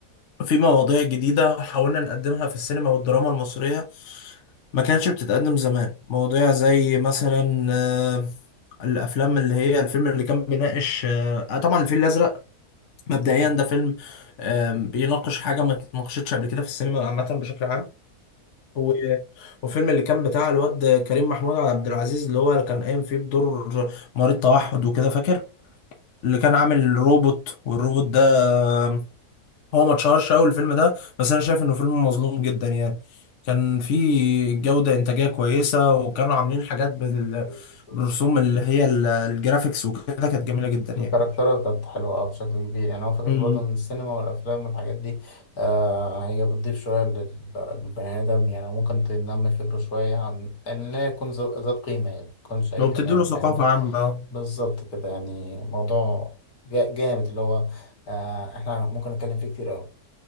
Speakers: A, on the left; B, on the left.
A: في مواضيع جديدة حاولنا نقدمها في السينما والدراما المصرية ما كانتش بتتقدم زمان مواضيع زي مثلا آه، الافلام اللي هي الفيلم اللي كان بيناقش آه، طبعا الفيل الازرق مبدئيا
B: مم.
A: ده فيلم آم، بيناقش حاجة ما اتناقشتش قبل كده في السينما عامة بشكل عام و... وفيلم اللي كان بتاع الواد كريم محمود عبد العزيز اللي هو اللي كان قايم فيه بدور مريض توحد وكده فاكر اللي كان عامل روبوت والروبوت ده آم، هو ما اتشهرش قوي الفيلم ده بس انا شايف انه فيلم مظلوم جدا يعني كان فيه جودة إنتاجية كويسة وكانوا عاملين حاجات بال...
B: أيوه
A: بالرسوم اللي هي ال- الجرافيكس وكده كانت جميلة جدا
B: الكاركترات
A: يعني
B: كانت حلوة أه بشكل كبير يعني هو فكرة
A: امم
B: برضه إن السينما والأفلام والحاجات دي آه هي بتضيف شوية لل- للبني آدم يعني ممكن تنمي فكره شوية عن إن هي يكون ذا- ذات قيمة يعني ميكونش أي
A: وبتديله
B: كلام
A: ثقافة
B: فاهمني
A: عامة
B: بالظبط كده يعني موضوع جا- جامد اللي هو آه إحنا ممكن نتكلم فيه كتير أوي